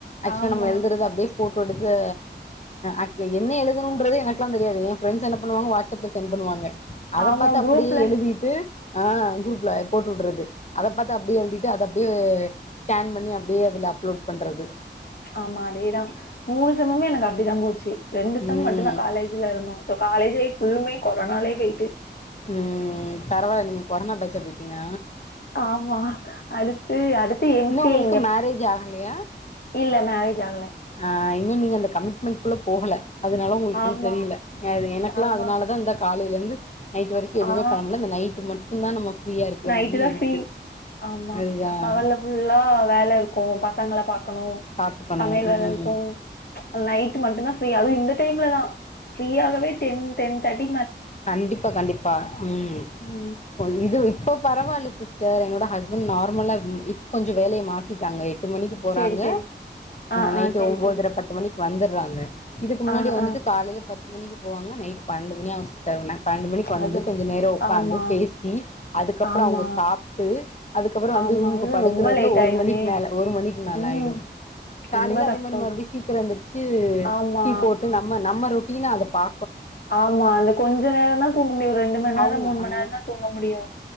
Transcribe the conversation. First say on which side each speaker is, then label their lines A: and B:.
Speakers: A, on the left (about 40°); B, on the left (about 60°).
A: ஆக்சுல்
B: ஆமா.
A: நம்ம எழுதுறது அப்பே போட்டோ எடுத்து ஆக் என்ன எழுதுணன்றதே எனக்கல்லா தெரியாது என் ஃப்ரெண்ட்ஸ் என்ன பண்ணுவாங்க வாட்ஸ்அப்ல சென்ட் பண்ணுவாங்க அத
B: ஆமா
A: பாத்து அப்படியே
B: குரூப்ல
A: எழுதிட்டு ஆஹ் குரூப்ல து அத பாத்து அப்டியே எழுதிட்டு அத அப்டியே ஸ்கேன் பண்ணி அப்டியே அதுல அப்லோட் பண்றது
B: ஆமா அதேதான் மூணு செம்முமே எனக்கு அப்டிதா போச்சி ரெண்டு செம்
A: ம்
B: மட்டும் தான் காலேஜில்ல இருந்தோம் சோ காலேஜ் லைஃப் புல்லுமே கொரோனாலே பெயிட்டு
A: ம் பரவாயில்ல நீங்க கொரோனா பேஜ்ஜா போயிட்டீங்க
B: ஆமா அடுத்து அடுத்து எம்சி
A: இன்னு உங்களுக்கு
B: இங்க
A: மேரேஜ் ஆகலையா
B: இல்ல மேரேஜ் ஆகல
A: ஆ இன்னும் நீங்க அந்த கமிட்மெண்ட் குள்ள போகல அதனால ஒங்களுக்
B: ஆமா
A: ஒன்னும் தெரியில்ல என எனக்கெல்லாம்
B: ஆமா
A: அதனாலதா இந்த காலையிலருந் <inaudible> நைட்டு வரைக்கி எதுவுமே
B: ஆ
A: பண்ணமுல்ல இந்த நைட்டு மட் இந்தா நம்ம ஃப்ரீயா இருக்கிற
B: நைட்டு
A: மாரியே
B: தா
A: இருக்கு.
B: ஃப்ரீ ஆம்மா
A: அதுதான்
B: பகல்ல்லா ஃபுல்லா வேல இருக்கும் பஸ் சங்கள பாக்கணும்
A: பாத்துக்கணும்.
B: சமையல்
A: ம்.
B: வேலருக்கும் நைட்டு மட்டும்தா ஃப்ரீ இந்த டைம்லலா ஃப்ரீயகவே டென் டென் தர்டி
A: கண்டிப்பா கண்டிப்பா ம்
B: ம்
A: இப்ப இது விட் இப்போ பரவால்ல சிஸ்டர் என்னோட ஹஸ்பண்ட் நார்மலா இப்ப கொஞ்ச வேலைய மாத்திட்டாங்க எட்டு மணிக்கு போறாங்க
B: சேரி சேரி ஆ
A: நைட்டு
B: ஆ சேரி
A: ஒம்போதற
B: சேரி
A: பத்து மணிக்கு வந்துட்றாங்க இதுக்கு முன்னாடி
B: ஆ
A: வந்துட்டு
B: ஆ
A: காலையில் பத்து மணிக்கு போவாங்க நைட் பண்டு மணி ஆகு தெர்ம பண்டு மணிக்கு வந்து
B: அது
A: கொஞ்ச நேரோ உக்காந்து
B: ஆமா
A: பேசி அதுக்கப்புறோ
B: ஆமா
A: அவுங்க சாப்ட்டு அதுக்கப்புறோ வந்து
B: ஆமா
A: ரூம்க்கு
B: அது
A: படுக்கறதுல
B: ரொம்ப லேட்
A: ஒரு
B: ஆயிருமே
A: மணிக்கு மேல ஒரு மணிக்கு மேல
B: ம்
A: ஆயிடும் காலையில
B: ரொம்ப
A: அதே
B: கஷ்டோ
A: மாரி
B: அது
A: மறுபடியும் சீக்கிரோ எழுந்திர்ச்சி
B: ஆமா
A: டீ போட்டு நம்ம நம்ம டீன்னாதுப்பா
B: ஆமா அந்த கொஞ்ச நேர தா தூங்க முடியு ஒரு மண் நேரோ
A: அவுங்க
B: மண்
A: ஆ
B: நேரந்தா தூங்க முடியு